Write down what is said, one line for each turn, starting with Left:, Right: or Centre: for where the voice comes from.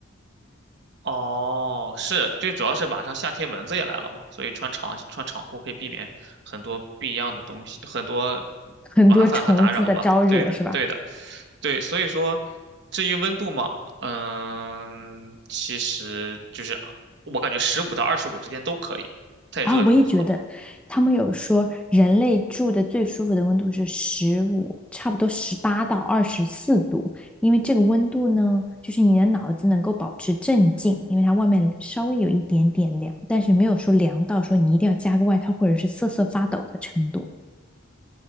Right: 哦，是，就主要是马上夏天蚊子也来了嘛，所以穿长穿长裤可以避免很多不一样的东西，很多
Centre: 很多虫子的招惹是吧？
Right: 麻烦和打扰吧。对的，对的，对，所以说，至于温度嘛，嗯，其实就是我感觉十五到二十五之间都可以，太热就不好了。
Centre: 啊，我也觉得，他们有说人类住的最舒服的温度是十五，差不多十八到二十四度，因为这个温度呢，就是你的脑子能够保持镇静，因为它外面稍微有一点点凉，但是没有说凉到说你一定要加个外套或者是瑟瑟发抖的程度。